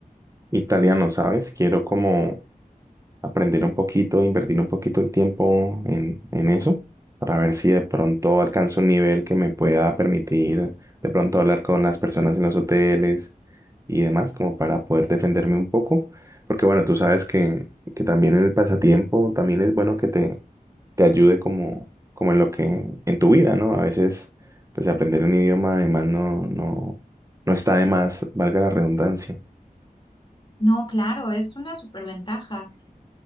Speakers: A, on the right; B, on the left.
A: Italiano, ¿sabes? Quiero como aprender un poquito, invertir un poquito el tiempo en, en eso, para ver si de pronto alcanzo un nivel que me pueda permitir de pronto hablar con las personas en los hoteles y demás, como para poder defenderme un poco. Porque bueno, tú sabes que, que también el pasatiempo también es bueno que te, te ayude como, como en lo que, en tu vida, ¿no? A veces, pues aprender un idioma además no, no, no está de más, valga la redundancia.
B: No, claro, es una súper ventaja.